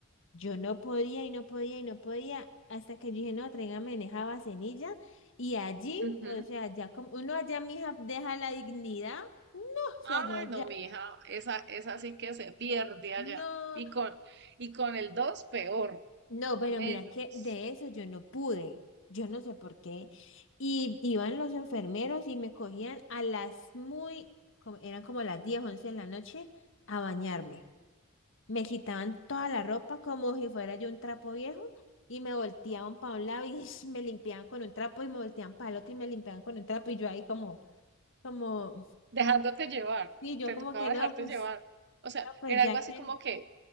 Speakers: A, on the left; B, on the right.
A: yo no podía y no podía y no podía hasta que yo dije, no, tráigame en esa vasenilla y allí,
B: Ujú.
A: o sea, ya como uno allá, mija, deja la dignidad. No, o sea,
B: Ay,
A: yo allá,
B: no, mi hija, esa, esa sí que se pierde
A: no.
B: allá. Y con, y con el 2 peor,
A: No, pero
B: menos.
A: mira que de eso yo no pude. Yo no sé por qué. Y iban los enfermeros y me cogían a las muy, como, eran como las diez once de la noche, a bañarme. Me quitaban toda la ropa como si fuera yo un trapo viejo y me volteaban para un lado y <laughs> me limpiaban con un trapo y me volteaban para el otro y me limpiaban con un trapo y yo ahí como, como,
B: Dejándote llevar,
A: sí, yo
B: te
A: como
B: tocaba
A: que no,
B: dejarte
A: pues,
B: llevar. O sea,
A: no, pues
B: era
A: ya
B: algo así
A: que,
B: como que,